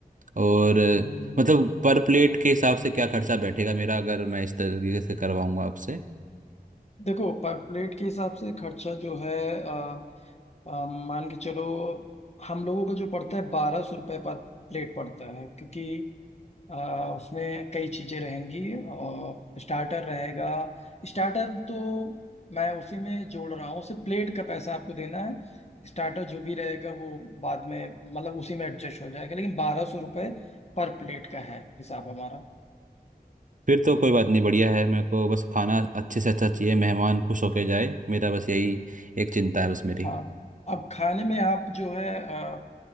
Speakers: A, on the right (about 55°); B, on the left (about 45°).
A: और
B: हम्म,
A: मतलब पर प्लेट के हिसाब से क्या खर्चा बैठेगा मेरा अगर मैं इस तरीके से करवाऊंगा आपसे
B: देखो पर प्लेट के हिसाब से खर्चा जो है अ, अ, मान के चलो हम लोगों का जो पड़ता है बारह सौ रुपये पर प्लेट पड़ता है क्योंकि आ, उसमें कई चीजें रहेंगी और स्टार्टर रहेगा स्टार्टर तो मैं उसी में जोड़ रहा हूँ सिर्फ प्लेट का पैसा आपको देना है स्टार्टर जो भी रहेगा वो बाद में मतलब उसी में एडजस्ट हो जाएगा लेकिन बारह सौ रुपये पर प्लेट का है हिसाब हमारा
A: फिर तो कोई बात नहीं बढ़िया है मेरे को बस खाना अच्छे से अच्छा चाहिए मेहमान खुश होके जाए मेरा बस यही एक चिंता है बस मेरी
B: हाँ अब खाने में आप जो है अ,